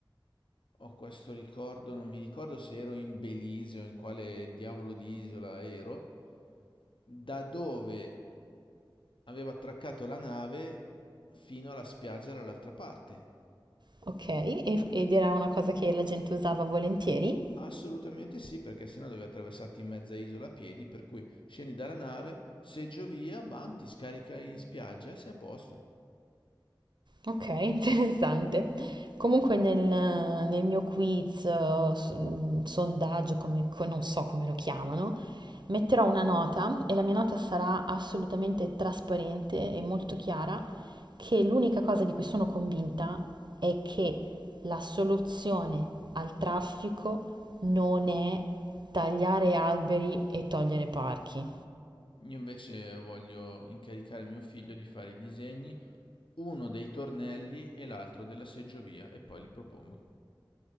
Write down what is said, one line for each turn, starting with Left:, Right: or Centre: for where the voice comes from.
Left: ho questo ricordo, non mi ricordo se ero in Belize o in quale diavolo di isola ero, da dove Aveva attraccato la nave fino alla spiaggia dall'altra parte.
Right: Ok, e- ed era una cosa che la gente usava volentieri?
Left: Assolutamente sì, perché sennò dovevi attraversarti in mezza isola a piedi, per cui scendi dalla nave, seggio via, bam, ti scarica in spiaggia e sei a posto.
Right: Ok, <laughs> interessante. Comunque nel, nel mio quiz, eh, s- mm, sondaggio, come, co- non so come lo chiamano, metterò una nota e la mia nota sarà assolutamente trasparente e molto chiara che l'unica cosa di cui sono convinta è che la soluzione al traffico non è tagliare alberi e togliere parchi.
Left: Io invece voglio incaricare mio figlio di fare i disegni, uno dei tornelli e l'altro della seggiovia, e poi li propongo.